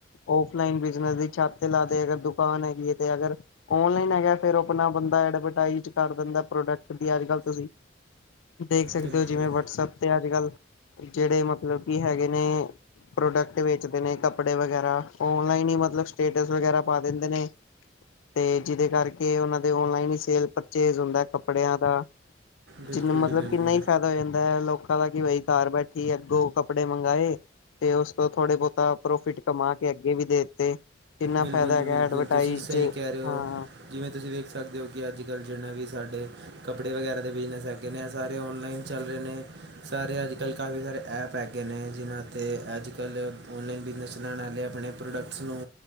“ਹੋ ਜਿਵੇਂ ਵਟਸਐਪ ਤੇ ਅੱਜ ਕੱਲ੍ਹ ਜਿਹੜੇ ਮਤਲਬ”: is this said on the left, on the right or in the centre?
Left